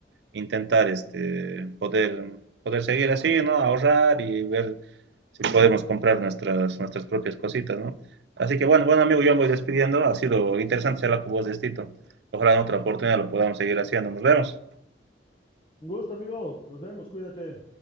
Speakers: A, on the right (about 70°); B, on the left (about 30°).
A: intentar este, poder, poder seguir así, ¿no? Ahorrar y ver si podemos comprar nuestras, nuestras propias cositas, ¿no? Así que bueno, bueno amigo, yo me voy despidiendo. Ha sido interesante charlar con vos de esto. Ojalá en otra oportunidad lo podamos seguir haciendo. Nos vemos.
B: Un gusto, amigo. Nos vemos. Cuídate.